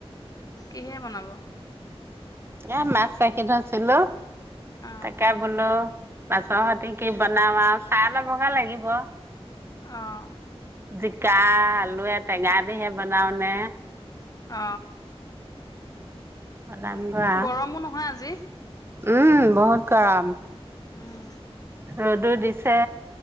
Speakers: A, on the left (about 35°); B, on the right (about 25°).
A: কিহে বনাব
B: এ মাছ চাকাছিলো
A: অ
B: তাকে বোলো পাছৰ সতি কি বনাও আৰু চাইলবগে লাগিব
A: আহ
B: জিকা আলু টেঙা দিহে বনাও নে
A: অ
B: বনামগৈ আৰু
A: গৰমো নহয় আজি
B: উম বহুত গৰম
A: উম
B: অ দু দিছ <unintelligible> ছে